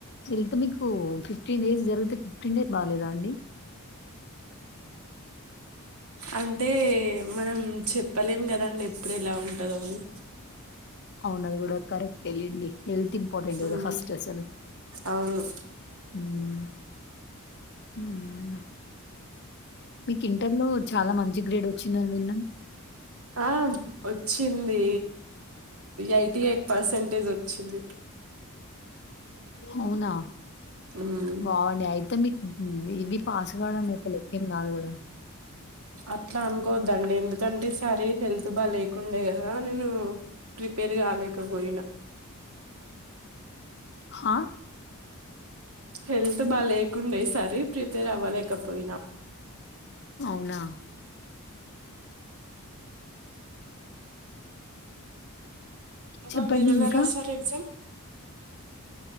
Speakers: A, on the left; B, on the right.
A: వెళ్తే మీకు ఫిఫ్టీన్ డేస్ జరిగితే ఫిఫ్టీన్ డేస్ బాలేదా అండి
B: అంటే మనం చెప్పలేం కదాండి ఎప్పుడు ఎలా ఉంటందో అని
A: అవున అది కూడా కరెక్ట్ లెండి హెల్త్ ఇంపార్టెంట్
B: హ్మ్
A: గదా ఫస్ట్ అసలు.
B: అవును
A: హ్మ్. హ్మ్ మీకు ఇంటర్ లో చాలా మంచి గ్రేడ్ వచ్చిందని విన్న
B: ఆ వచ్చింది ఎయిటీ ఎయిట్ పర్సంటేజ్ వచ్చింది
A: అవునా
B: ఉమ్
A: వావ్ అండి అయితే మీకు హ్మ్ ఇవి పాస్ కావడం ఒక లెక్క ఏం కాదు కదా
B: అట్లా అనుకోద్దండి ఎందుకంటే సర హెల్త్ బాలే కుండా యో అనను ప్రిపేర్ కాలేకపోయినా
A: హా
B: హెల్త్ బాగా లేకుండే సార్ ప్రీపేర్ అవ్వలేకపోయినా
A: అవునా
B: ఇంకా
A: చెప్పండి
B: మీరెలా
A: ఇంకా.
B: రాసారు ఎగ్జామ్